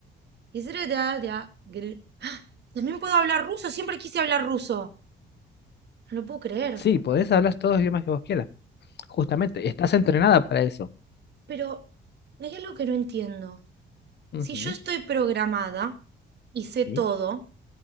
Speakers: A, on the right; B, on the left.
A: y sre- da- da- gre- ¡Ah! También puedo hablar ruso, siempre quise hablar ruso. No lo puedo creer.
B: Sí, podés hablar todos los idiomas que vos quieras. Justamente, estás entrenada para eso.
A: Pero hay algo que no entiendo.
B: Ujú,
A: Si yo estoy programada y sé
B: Sí,
A: todo,